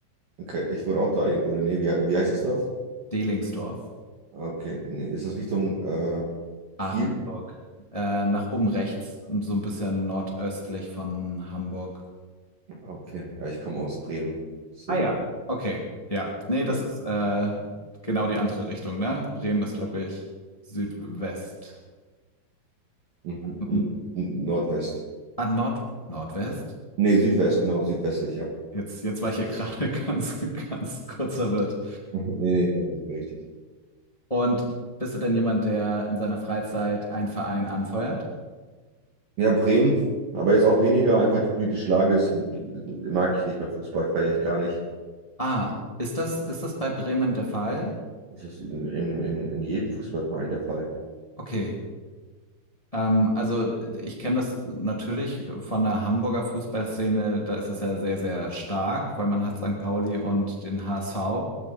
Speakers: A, on the right; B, on the left.
A: Okay, ich wohne auch da irgendwo in der Nähe. Wie, wie heißt das Dorf?
B: Delingsdorf,
A: Okay, nee, ist das Richtung äh,
B: Ahrensburg.
A: Kiel?
B: Äh, nach oben rechts, und so ein bisschen nordöstlich von Hamburg.
A: Ah, okay. Ja, ich komme aus Bremen. Deswegen.
B: Ah ja. Okay, ja. Nee, das
A: äh,
B: ist äh, genau die andere Richtung, ne? Bremen ist, glaube ich, Südwest.
A: Mhm.
B: Mhm.
A: N- N- Nordwest.
B: Ah, Nord Nordwest?
A: Nee, Südwest, genau, südwestlich, ja.
B: Jetzt, jetzt war ich hier gerade <laughs> ganz, ganz kurz verwirrt.
A: <laughs> Nee, nee, das ist richtig.
B: Und bist du denn jemand, der in seiner Freizeit einen Verein anfeuert?
A: Ja, Bremen, aber jetzt auch weniger, einfach die politische Lage ist, mag ich nicht mehr Fußball, feiere ich gar nicht.
B: Ah, ist das, ist das bei Bremen der Fall?
A: Das ist in, in, in in jedem Fußballverein der Fall.
B: Okay. Ähm, also ich kenne das natürlich von der Hamburger Fußballszene, da ist es ja sehr, sehr stark, weil man hat St. Pauli und den HSV.